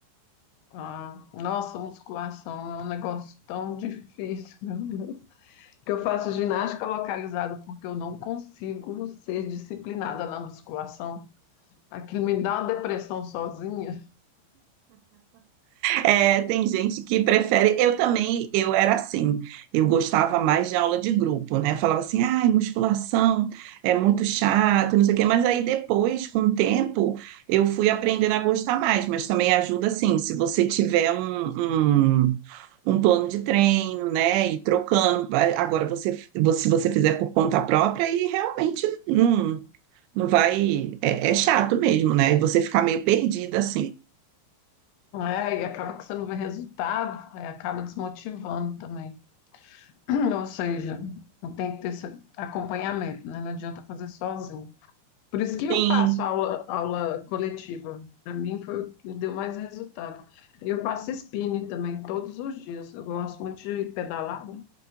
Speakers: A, on the left; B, on the right.
A: Ah, nossa, musculação é um negócio tão difícil, meu Deus. Que eu faço ginástica localizada porque eu não consigo ser disciplinada na musculação. Aquilo me dá uma depressão sozinha.
B: É, tem gente que prefere. Eu também, eu era assim. Eu gostava mais de aula de grupo, né? Eu falava assim, ai, musculação é muito chato, não sei o quê. Mas aí depois, com o tempo, eu fui aprendendo a gostar mais. Mas também ajuda, assim, se você tiver um, um um plano de treino, né? E trocando. Vai- Agora, você, você- se você fizer por conta própria, aí realmente não, não vai. É, é chato mesmo, né? E você ficar meio perdida assim.
A: É, e acaba que você não vê resultado, aí acaba desmotivando também. <clears throat> Ou seja, tem que ter esse acompanhamento, né? Não adianta fazer sozinho. Por isso que eu
B: Sim.
A: faço aula, aula coletiva. Para mim foi o que deu mais resultado. Eu faço spinning também todos os dias. Eu gosto muito de pedalar, né?